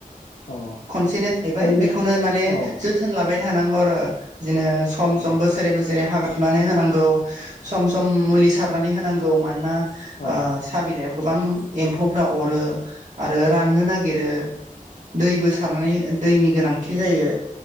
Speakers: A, on the left; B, on the right.
A: औ
B: खनसेनो गायबाय
A: ओरैनो
B: बेखौनो माने
A: औ
B: जोथोन लाबाय थानांगौ आरो बिदिनो सम
A: औ
B: सम बोसोरै बोसोरै हाग्रा सुनानै होनांगौ सम सम मुलि सारनानै होनांगौ मानोना
A: औ
B: साहा बिलाइयाव गोबां एम्फौफ्रा अरो आरो राननो नागिरो दैबो सारनानै दैनि गोनांथि जायो